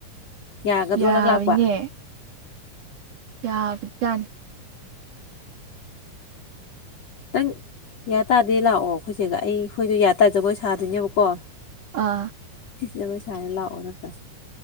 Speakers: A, on the left (about 50°); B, on the right (about 65°).
A: ꯌꯥꯒꯗ꯭ꯔꯣ
B: ꯌꯥꯕꯅꯤꯅꯦ
A: ꯅꯪ ꯂꯥꯛꯄ
B: ꯌꯥꯕꯖꯥꯠꯅꯤ
A: ꯅꯪ ꯌꯥꯥꯇꯗꯤ ꯂꯥꯛꯑꯣ ꯑꯩꯈꯣꯏ ꯆꯦꯒ ꯑꯩ ꯑꯈꯣꯏꯗꯣ ꯌꯥꯇꯗꯤ ꯖꯒꯣꯏ ꯁꯥꯗꯣꯏꯅꯦꯕꯀꯣ
B: ꯑꯥ
A: ꯖꯒꯣꯢ ꯁꯥꯖꯦ ꯂꯥꯛꯑꯣ ꯅꯪ ꯑꯝꯇ